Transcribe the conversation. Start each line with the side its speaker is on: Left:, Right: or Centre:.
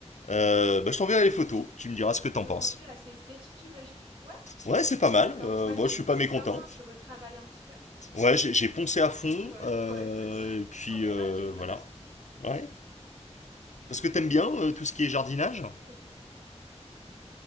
Left: Euh, bah, je t'enverrai les photos. Tu me diras ce que t'en
Right: Le
Left: penses.
Right: rendu est assez esthétique, j'imagine. Ouais,
Left: Ouais, c'est pas
Right: d'accord.
Left: mal. Euh,
Right: Ouais,
Left: moi,
Right: tu,
Left: je suis pas
Right: tu
Left: mécontent.
Right: peins, tu retravailles un petit peu.
Left: Ouais, j'ai j'ai poncé à fond.
Right: Ouais,
Left: euh,
Right: bon, écoute, <laughs>
Left: et puis,
Right: tu m'enverras,
Left: euh,
Right: je suis curieuse.
Left: voilà. Ouais. Parce que t'aimes bien euh, tout ce qui est jardinage
Right: Ok, ok.